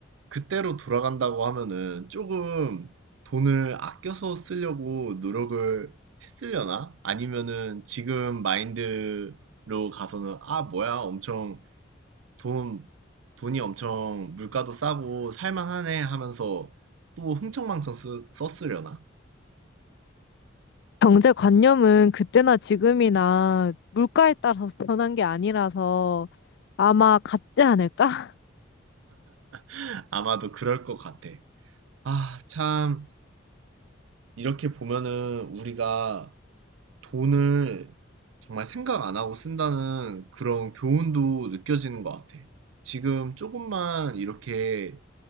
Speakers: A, on the right; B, on the left.
A: 그때로 돌아간다고 하면은 조금 돈을 아껴서 쓰려고 노력을 했으려나? 아니면은 지금 마인드로 가서는 아, 뭐야, 엄청 돈 돈이 엄청 물가도 싸고 살만하네 하면서 또 흥청망청 쓰, 썼으려나?
B: 경제관념은 그때나 지금이나 물가에 따라서 변한 게 아니라서 아마 같지 않을까? <laughs>
A: <laughs> 아마도 그럴 것 같아. 아, 참, 이렇게 보면은 우리가 돈을 정말 생각 안 하고 쓴다는 그런 교훈도 느껴지는 것 같아. 지금 조금만 이렇게